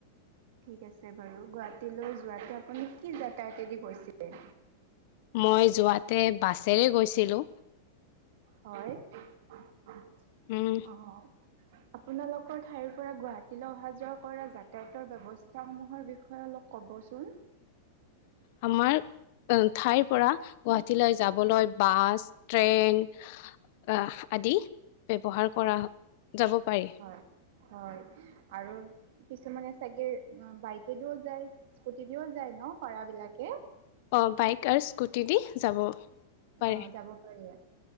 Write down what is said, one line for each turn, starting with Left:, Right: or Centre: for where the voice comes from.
Right: ঠিক আছে বাৰু গুৱাহাটীলৈ যোৱা আপুনি কি যাতায়তে দি গৈছিলে
Left: মই যোৱাতে বাছেৰে গৈছিলো
Right: হয় অ
Left: উম,
Right: আপোনালোকৰ ঠাইৰ পৰা গুৱাহাটীলৈ অহা যোৱা কৰা যাতায়তৰ ব্যৱস্থাসমূহৰ বিষয়ে অলপ ক'ব কবচোন
Left: আমাৰ ঠাইৰ পৰা গুৱাহাটীলৈ যাবলৈ বাছ ট্ৰেইন আহ আদি ব্যৱহাৰ কৰা যাব পাৰি
Right: হয় হয় আৰু কি কিছুমানে চাগে বাইকে দিও যায় স্কুটি দিও যায় ন পাৰা বিলাকে
Left: অ বাইক আৰু স্কুটি দি যাব পাৰে
Right: আহ যাব পাৰি